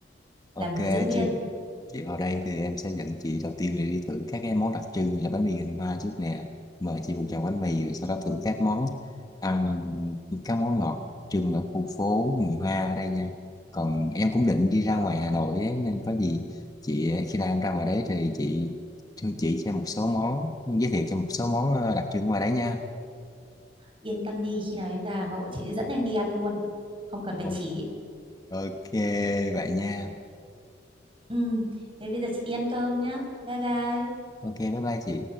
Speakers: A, on the left; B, on the right.
A: ok
B: Làm hướng dẫn viên.
A: chị Đi vào đây thì em sẽ dẫn chị đầu tiên là đi thử các cái món đặc trưng như là bánh mì hình hoa trước nè. Mời chị một chào bánh mì rồi sau đó thử các món ăn các món ngọt trưng ở khu phố người Hoa ở đây nha. Còn em cũng định đi
B: Được,
A: ra ngoài Hà Nội ấy, nên có gì chị khi nào em ra ngoài đấy thì chị thưa chị cho em một số món giới thiệu cho em một số món ờ, đặc trưng ngoài đấy nha.
B: yên tâm đi, khi nào em ra Hà Nội chị sẽ dẫn em đi ăn luôn. Không cần phải
A: Ừ.
B: chỉ.
A: Ok vậy nha.
B: Ừ, thế bây giờ chị đi ăn cơm nhá. Bye bye.
A: Ok bye bye chị.